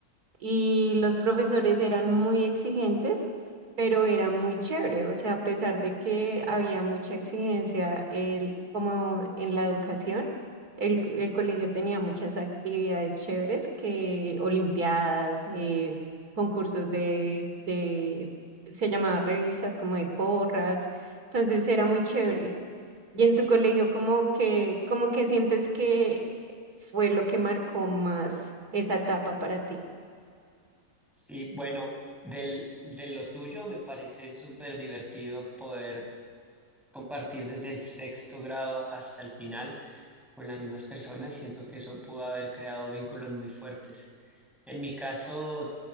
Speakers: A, on the right (about 90°); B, in the centre.
A: y los profesores eran muy exigentes, pero era muy chévere. O sea, a pesar de que había mucha exigencia el, como en la educación, el, el colegio tenía muchas actividades chéveres que olimpiadas, eh, concursos de, de, se llamaban revistas como de porras. Entonces era muy chévere. Y en tu colegio, ¿cómo que, cómo que sientes que fue lo que marcó más esa etapa para ti?
B: Sí, bueno, del, de lo tuyo me parece súper divertido poder compartir desde el sexto grado hasta el final con las mismas personas. Siento que eso pudo haber creado vínculos muy fuertes. En mi caso,